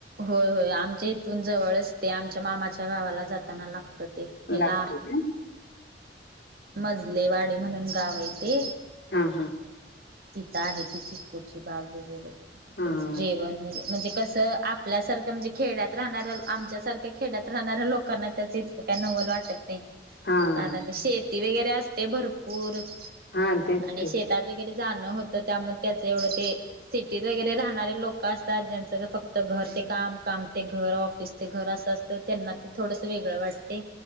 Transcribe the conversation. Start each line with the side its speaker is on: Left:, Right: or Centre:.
Right: होय होय. आमच्या इथून जवळच ते. आमच्या मामाच्या गावाला जाताना लागतं ते. हेला,
Left: लागते का
Right: मजलेवाडी म्हणून गाव हाय तेे.
Left: हा हा.
Right: तिथं आहे ती चिकूची बाग वगैरे.
Left: हा
Right: त्याचं जेवण वग म्हणजे कसं आपल्यासारखं म्हणजे खेडयात राहणाऱ्या आमच्यासारख्या खेड्यात राहणाऱ्या लोकांना त्याचे काय नवल वाटत नाही.
Left: हा.
Right: कारण शेती वगैरे असते भरपूर
Left: हा तेच
Right: आणि
Left: की
Right: शेतात वगैरे जाणं होतं. त्यामुळे त्याचं एवढं ते सिटीत वगैरे राहणारे लोक असतात. ज्यांचं फक्त घर ते काम. काम ते घर ऑफिस ते घर असं असतं. त्यांना ते थोडंस वेगळं वाटते.